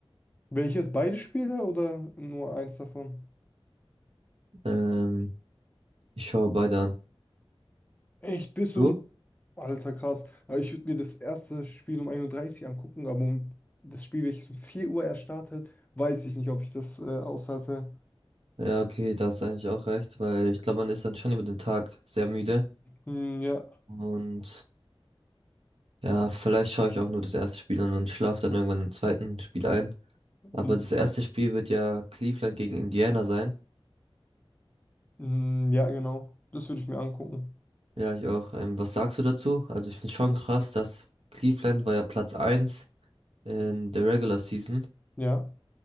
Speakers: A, on the left; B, on the right.
A: Wäre ich jetzt beide Spiele oder nur eins davon?
B: Ähm, ich schaue beide an.
A: Echt, bis
B: Du?
A: um. Alter, krass. Ja, Ich würde mir das erste Spiel um ein Uhr dreißig angucken, aber um das Spiel, welches um 4 Uhr erst startet, weiß ich nicht, ob ich das äh, aushalte.
B: Ja, okay, da hast du eigentlich auch recht, weil ich glaube, man ist dann schon über den Tag sehr müde
A: Hm, ja.
B: und Ja, vielleicht schaue ich auch nur das erste Spiel an und schlafe dann irgendwann im zweiten Spiel ein.
A: Hm,
B: Aber das erste Spiel wird ja Cleveland gegen Indiana sein.
A: hm, ja, genau. Das würde ich mir angucken.
B: Ja, ich auch. Ähm, was sagst du dazu? Also ich finde schon krass, dass Cleveland war ja Platz eins in der Regular Season.
A: Ja.